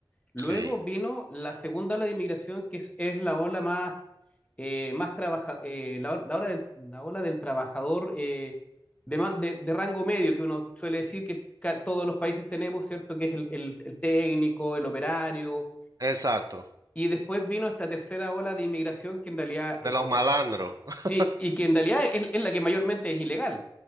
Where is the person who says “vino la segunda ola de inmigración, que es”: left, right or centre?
Left